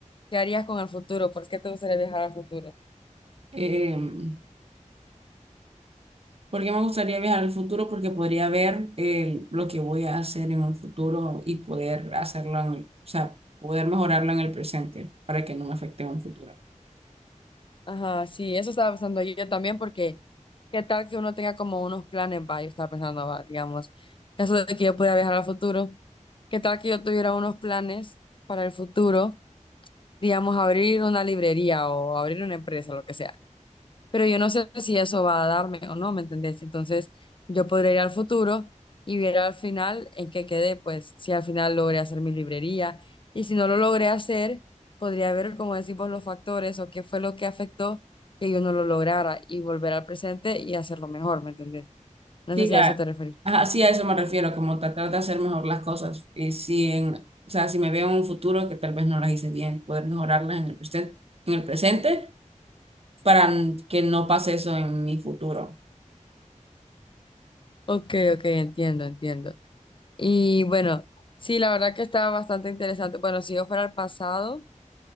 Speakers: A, on the left; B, on the right.
A: ¿Qué harías con el futuro? ¿Por qué te gustaría viajar al futuro?
B: Em, porque me gustaría viajar al futuro porque podría ver eh, lo que voy a hacer en un futuro y poder hacerlo, en el- o sea, poder mejorarlo en el presente para que no me afecte en un futuro.
A: Ajá, sí, eso estaba pensando yo también porque qué tal que uno tenga como unos planes, va, yo estaba pensando, va, digamos, eso de que yo pudiera viajar al futuro, qué tal que yo tuviera unos planes para el futuro, digamos, abrir una librería o abrir una empresa, lo que sea. pero yo no sé si eso va a darme o no, ¿me entendés? Entonces, yo podría ir al futuro y ver al final en qué quedé, pues si al final logré hacer mi librería y si no lo logré hacer, podría ver, como decimos, los factores o qué fue lo que afectó que yo no lo lograra y volver al presente y hacerlo mejor, ¿me entendés? No
B: Sí,
A: sé si
B: a,
A: a eso te referís.
B: ajá, sí, a eso me refiero, como tratar de hacer mejor las cosas. Y si en, o sea, si me veo en un futuro que tal vez no las hice bien, poder mejorarlas en el presente, en el presente para n- que no pase eso en mi futuro.
A: Ok, ok, entiendo, entiendo. Y bueno, sí, la verdad que estaba bastante interesante. Bueno, si yo fuera al pasado,